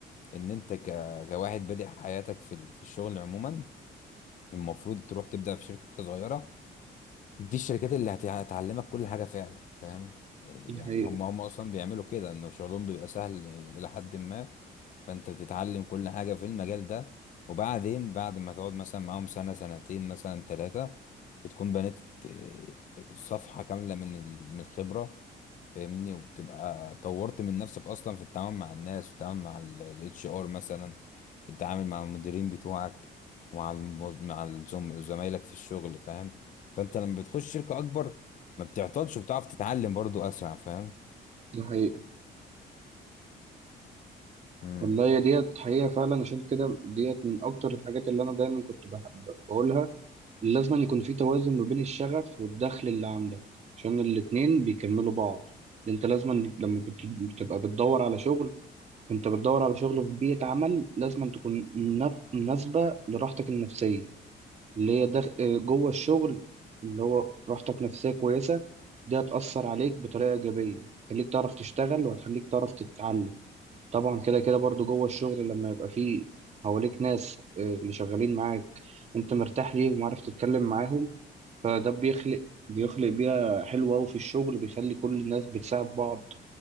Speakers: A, on the left; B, on the right.
A: ان انت ك... كواحد بادئ حياتك في ال- في الشغل عموما المفروض تروح تبدأ في شركة صغيرة دي الشركات اللي هت- هتعلمك كل حاجة فعلا فاهم إيه
B: دي
A: يعني
B: حقيقة
A: هم هم أصلا بيعملوا كده إنه شغلهم بيبقى سهل إيه، إلى حد ما فأنت بتتعلم كل حاجة في المجال ده وبعدين بعد ما تقعد مثلا معاهم سنة سنتين مثلا ثلاثة بتكون بنيت إيه، صفحة كاملة من ال- من الخبرة فاهمني وبتبقى طورت من نفسك اصلا في التعامل مع الناس والتعامل مع الاتش ار مثلا التعامل مع المديرين بتوعك ومع الموز... مع الزم... زمايلك في الشغل فاهم فانت لما بتخش شركة اكبر ما بتعطلش وبتعرف تتعلم برضو اسرع فاهم
B: دي حقيقة
A: امم
B: والله يا ديت حقيقة فعلا عشان كده ديت من أكتر الحاجات اللي أنا دايما كنت بح- بقولها لازم أن يكون في توازن ما بين الشغف والدخل اللي عندك عشان الاتنين بيكملوا بعض انت لازم أن لما بت- بتبقى بتدور على شغل انت بتدور على شغل في بيئة عمل لازم أن تكون منف- مناسبة لراحتك النفسية اللي هي دخ... آه، جوه الشغل اللي هو راحتك نفسية كويسة دي هتأثر عليك بطريقة إيجابية هتخليك تعرف تشتغل وهتخليك تعرف تتعلم طبعا كده كده برضو جوه الشغل لما يبقى فيه حواليك ناس آه، اللي شغالين معاك انت مرتاح ليهم وعارف تتكلم معاهم فده بيخلق بيخلق بيئة حلوة أوي في الشغل بيخلي كل الناس بتساعد بعض